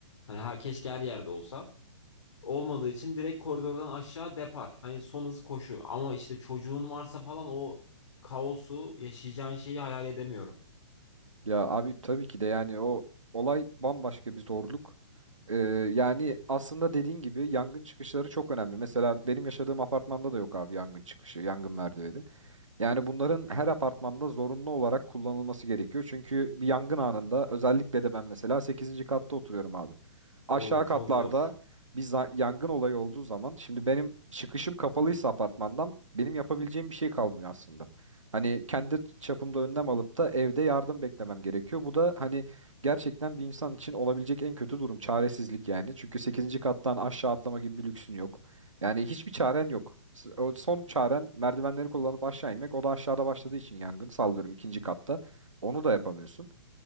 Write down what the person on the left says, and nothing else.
Hani her keşke her yerde olsa. Olmadığı için direkt koridordan aşağı depar. Hani son hız koşu. Ama işte çocuğun varsa falan o kaosu yaşayacağın şeyi hayal edemiyorum.
Oo çok
zor.